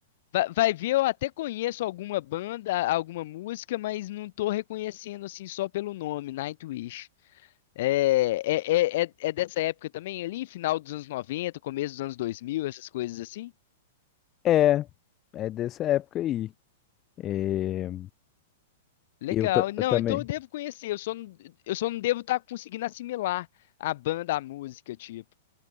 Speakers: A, on the left; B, on the left.
A: Va- Vai, ver, eu até conheço alguma banda, alguma música, mas não tô reconhecendo assim só pelo nome, Nightwish. É, é, é, é é dessa época também ali, final dos anos 90 começo dos anos dois mil essas coisas assim?
B: É, é dessa época aí. É,
A: Legal.
B: eu, ta-
A: Não,
B: eu também.
A: então eu devo conhecer. Eu só não, eu só não devo estar conseguindo assimilar a banda, a música, tipo.